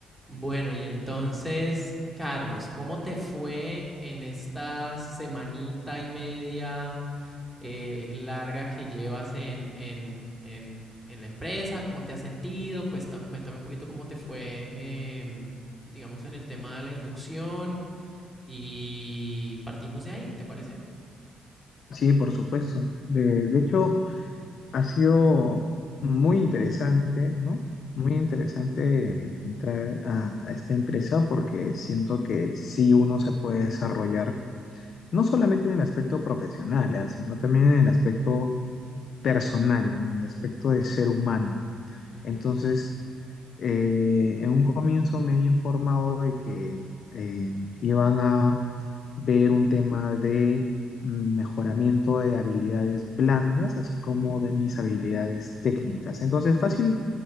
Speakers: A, in the centre; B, on the left.
A: Bueno, y entonces, Carlos, ¿cómo te fue en esta semanita y media eh, larga que llevas en, en, en- en la empresa? ¿Cómo te has sentido? Cuesta- cuéntame un poquito cómo te fue, em, digamos, en el tema de la inducción y partimos de ahí, ¿te parece?
B: Sí, por supuesto. De, de hecho, ha sido muy interesante, ¿no? Muy interesante entrar a, a esta empresa porque siento que sí uno se puede desarrollar, no solamente en el aspecto profesional, ¿ah? sino también en el aspecto personal, en el aspecto de ser humano.
A: Ujú,
B: Entonces, eh, en un comienzo me han informado de que eh, iban a ver un tema de mm, mejoramiento de habilidades blandas, así como
A: ujú.
B: de mis habilidades técnicas. Entonces, fácil,